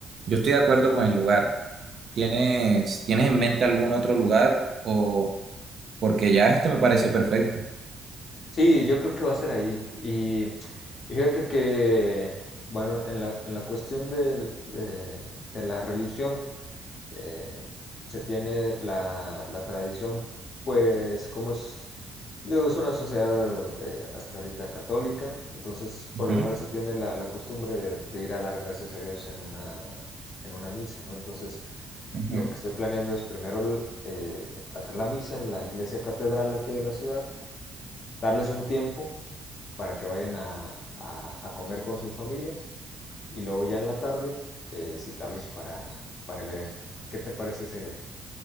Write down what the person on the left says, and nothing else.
De acuerdo.
Sí, yo creo que va a ser ahí. Y, y fíjate que, bueno, en la, en la cuestión del- de, de la religión, eh, se tiene la, la tradición, pues, como es, digo, es una sociedad eh, hasta ahorita católica, entonces
por lo regular se tiene la, la costumbre de, de ir a dar gracias a Dios en una, en una misa, ¿no? Entonces,
lo que estoy planeando es primero el, eh, hacer la misa en la iglesia catedral aquí de la ciudad darles un tiempo para que vayan a, a- a comer con sus familias y luego ya en la tarde eh, citarlos para, para el evento. ¿Qué te parece esa idea?